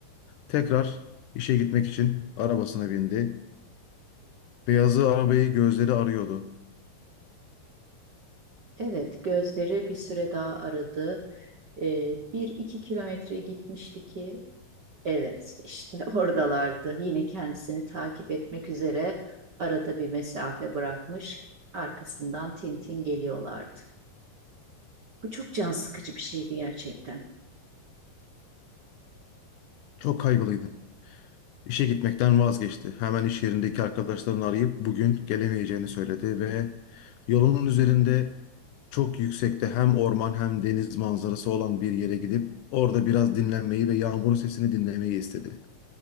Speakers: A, on the left (about 75°); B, on the right (about 80°).
A: Tekrar işe gitmek için arabasına bindi. Beyazı arabayı gözleri arıyordu.
B: Evet, gözleri bir süre daha aradı. Ee, bir iki kilometre gitmişti ki, evet işte <laughs> oradalardı. Yine kendisini takip etmek üzere arada bir mesafe bırakmış. Arkasından Tintin geliyorlardı. Bu çok can sıkıcı bir şeydi gerçekten.
A: Çok kaygılıydı. İşe gitmekten vazgeçti. Hemen iş yerindeki arkadaşlarını arayıp bugün gelemeyeceğini söyledi ve yolunun üzerinde çok yüksekte hem orman hem deniz manzarası olan bir yere gidip orada biraz dinlenmeyi ve yağmurun sesini dinlemeyi istedi.